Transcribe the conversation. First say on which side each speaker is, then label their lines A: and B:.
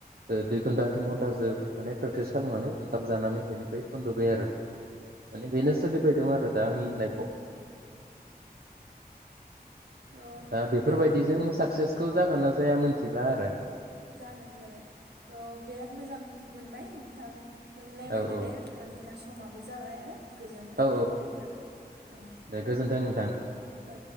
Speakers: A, on the right; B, on the right.
A: ओ दुइ घन्टा तिन घन्टासो माने प्रेकटिस खालामनानै ओंखाम जानानै बेनिफ्राय उन्दुबायआरो माने
B: औ
A: बेनो
B: औ
A: सोलिबाय दं आरो दा आंनि लाइफ
B: औ
A: दा बेफोरबायदिजों
B: थ' बे
A: साक्सेस थ' जागोन ना जाया मोन्थिला आरो।
B: जागोन जागोन स' बेराद मोजां मोनबाय नोंथां। जों रायलायनानै
A: औ औ
B: दा जोंना स समाबो जाबाय आरो। गोजोन्थों
A: औ
B: दे नोंथां औ
A: दे गोजोन्थों नोंथां
B: औ।